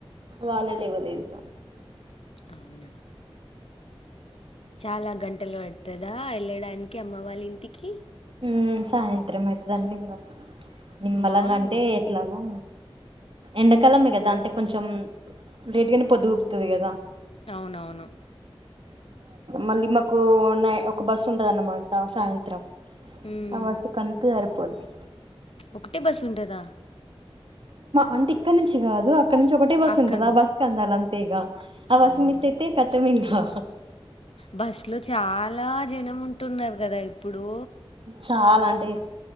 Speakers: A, on the right; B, on the left.
A: వాళ్ళే లేవలేదుగా
B: అవునా చాలా గంటలు పడుతాద వెళ్ళడానికి అమ్మ వాళ్ళ ఇంటికి
A: హ్మ్ సాయంత్రం అయితాదండి ఇంకా నిమ్మలంగా
B: వామ్మో
A: అంటే ఎట్లాగో ఎండకాలమే కదా అంటే కొంచెం లేట్ గానే పొద్దుపుడతాది కదా
B: అవునవును
A: మళ్ళీ మాకు ఉన్నా ఒక బస్ ఉంటాద అన్నమాట సాయంత్రం
B: హ్మ్.
A: ఆ వర్క్ కీ అంతే పడతాది
B: ఒకటే బస్ ఉంటాద
A: అంటే ఇక్కడి నుంచి కాద ఇక్కడ నుంచి ఒకటే బస్సు
B: అక్కడి
A: ఉంటద
B: నుంచి
A: ఆ బస్ కి వెళ్ళాల అంతే ఇక ఆ బస్
B: అమ్మో!
A: మిస్ అయితే కతమే ఇంకా
B: బస్సు లో చాలా జనం ఉంటున్నారు కదా ఇప్పుడు
A: చాలా అంటే